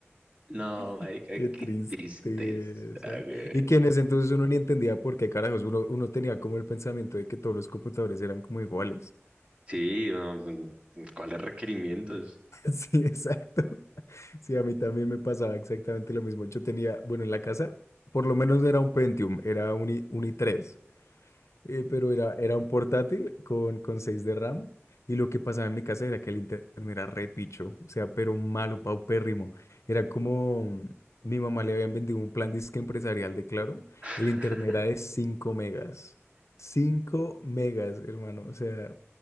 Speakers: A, on the right; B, on the left.
A: No,
B: <laughs>
A: marica,
B: Qué tristeza.
A: qué tristeza. güey.
B: Y que en ese entonces uno ni entendía por qué carajos. Uno, uno tenía como el pensamiento de que todos los computadores eran como iguales. <laughs>
A: Sí, no, mm, ¿cuáles requerimientos?
B: Sí, exacto. Sí, a mí también me pasaba exactamente lo mismo. Yo tenía, bueno, en la casa, por lo menos no era un Pentium, era un, i- un i tres Eh, pero era, era un portátil con, con 6 de RAM. Y lo que pasaba en mi casa era que el internet era re picho, o sea, pero malo, paupérrimo. Era como mm, mi mamá le habían vendido un plan disque empresarial de Claro.
A: <laughs>
B: El internet era de 5 megas. cinco megas, hermano, o sea,